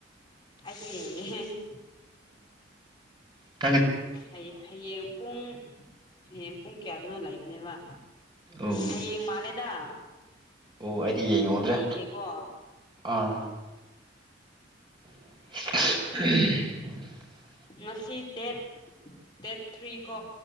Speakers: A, on the left (about 25°); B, on the right (about 25°).
A: ꯑꯗꯨꯦ
B: ꯑ
A: ꯍ ꯍꯌꯦꯡ ꯄꯨꯡ ꯍꯌꯦꯡ ꯄꯨꯡ ꯀꯌꯥꯗꯨꯅ ꯂꯩꯕꯅꯦꯕ
B: ꯑꯣ
A: ꯍꯌꯦꯡ ꯃꯥꯜꯂꯦꯗ
B: ꯑꯣ ꯑꯩꯗꯤ ꯌꯦꯡꯍꯧꯗ꯭ꯔꯦ
A: ꯌꯦꯡꯒꯦꯀꯣ
B: ꯑꯥ ꯎꯝ
A: ꯉꯁꯤ ꯗꯦꯠ ꯗꯦꯠ ꯊ꯭ꯔꯤ ꯀꯣ